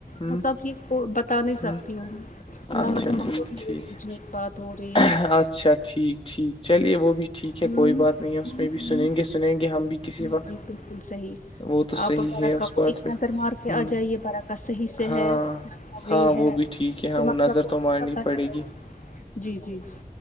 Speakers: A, on the left; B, on the left.
A: بس
B: ہ
A: اپ یہ کو بتا نہیں
B: بتا
A: سکتی ہوں محمدس
B: نہیں سکتی
A: میرے
B: ہے۔
A: بیچ میں ایک بات ہو رہی ہے
B: اچھا اچھا ٹھیک ٹھیک چلیے وہ بھی ٹھیک ہے
A: ہمم
B: کوئی بات نہیں ہے اس
A: ہمم
B: میں بھی سنیں گے سنیں گے ہم بھی کسی
A: جی
B: وقت
A: جی بالکل صحیح
B: وہ تو صحیح
A: آپ بارکہ
B: ہے اس
A: کو
B: بات
A: ایک
B: پہ
A: نظر مار کے
B: ہ
A: آ جائیے باراکا صحیح سے
B: ہاں
A: ہے کیا کر رہی
B: ہاں
A: ہے
B: وہ بھی ٹھیک ہے ہاں
A: تو
B: وہ
A: مسلہ
B: نظر
A: تو
B: مارنی
A: پتا
B: پڑے
A: ہی
B: گی
A: جی جی جی